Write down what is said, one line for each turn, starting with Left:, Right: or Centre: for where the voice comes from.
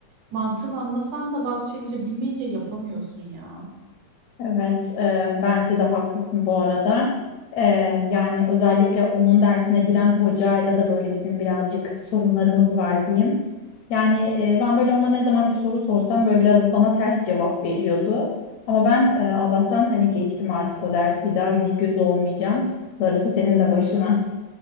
Right: mantığını anlasan da bazı şeyleri bilmeyince yapamıyorsun ya.
Left: Evet, e, bence de haklısın bu arada. E, yani özellikle onun dersine giren hocayla da böyle bizim birazcık sorunlarımız var diyeyim. Yani e, ben böyle ona ne zaman bir soru sorsam böyle biraz bana ters cevap veriyordu. Ama ben e, Allah'tan hani geçtim artık o dersi bir daha yüz göz olmayacağım. Darısı senin de başına.